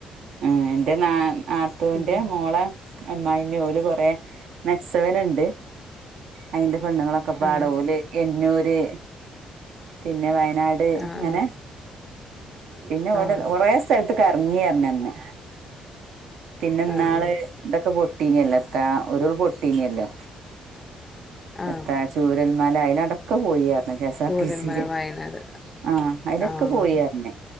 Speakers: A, on the right; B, on the left.
A: ആഹ് എന്റെ നാ നാത്തൂന്റ
B: ഉം
A: മോളെ അമ്മായിമ്മ ഓല് കൊറെ മെക്സവൻ ണ്ട് അയിന്റെ പെണ്ണുങ്ങളൊ ക്കെപ്പാടെ
B: ആഹ്
A: ഓല് എഞ്ഞൂര് പിന്നെ വയനാട്
B: ആഹ്
A: ഇങ്ങനെ പിന്നെ ഓല്
B: ആഹ് ആഹ്
A: കൊറെ സ്ഥലത് കർങ്ങി അർഞന്ന് പിന്നെന്നാള്
B: ആഹ്
A: ഇതൊക്കെ പൊട്ടീഞല്ലോ താ ഉരുൾ പൊട്ടീഞല്ലോ
B: ആഹ്
A: എത്ത ചൂരൽമല ആയിലാട്ടൊ ക്കെ പോയി അർഞ് K S
B: Chooralmala
A: R T സിയില്
B: വയനാട്
A: ആഹ് അയിലൊക്കെ
B: ആഹ്
A: പോയിയാർഞ്